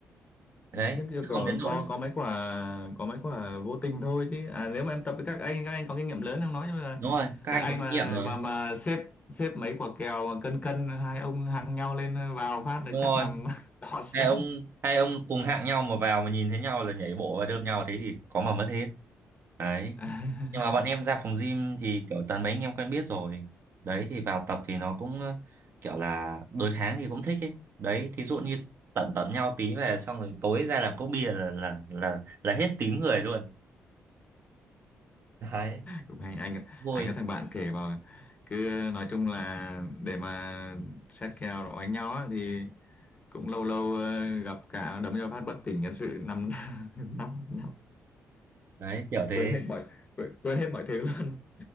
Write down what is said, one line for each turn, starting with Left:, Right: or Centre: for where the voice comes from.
Right: đấy
Left: nhưng kia
Right: chứ
Left: có
Right: không đến
Left: có
Right: nỗi
Left: có mấy quả có mấy quả vô tình thôi chứ à nếu mà em tập với các anh các anh có kinh nghiệm lớn em nói nhưng mà
Right: đúng rồi các
Left: các
Right: anh
Left: anh
Right: có kinh
Left: mà
Right: nghiệm rồi
Left: mà mà xếp xếp mấy quả kèo mà cân cân hai ông hàng nhau lên vào phát là
Right: đúng
Left: chắc
Right: rồi
Left: nằm <laughs> đỏ sang
Right: hai ông hai ông cùng hạng nhau mà vào mà nhìn thấy nhau là nhảy bộ và đơm nhau thế thì có mà mất hết đấy
Left: <laughs>
Right: nhưng mà bọn em ra phòng gym thì kiểu toàn mấy anh em quen biết rồi đấy thì vào tập thì nó cũng ờ, kiểu là đối kháng thì cũng thích ấy đấy thí dụ như tận tận nhau tí về xong rồi tối ra làm cốc bia là là là là hết tím người luôn đấy
Left: cũng hay anh
Right: vui
Left: anh có thằng bạn kể vào cứ nói chung là để mà xét kèo đó đánh nhau á, thì cũng lâu lâu ờ, gặp cả đấm cho phát bất tỉnh nhân sự năm <laughs> năm năm
Right: đấy kiểu thế
Left: quên hết mọi quên, quên hết mọi thứ luôn